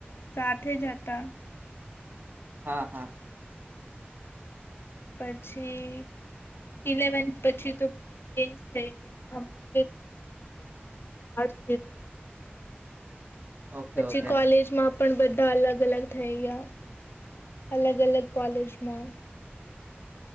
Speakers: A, on the left; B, on the right.
A: સાથે જ હતા.
B: હા હા.
A: પછી. ઇલેવથ પછી તો બધા ચેન્જ થઈ ગયા અમુકે કોમર્સ લીધું. અમુકે આડ્સ લી દું.
B: ઓકે
A: પછી
B: ઓકે
A: કોલેજમાં. પણ બધા અલગ અલગ થઈ ગયા અલગ અલગ કોલેજમાં.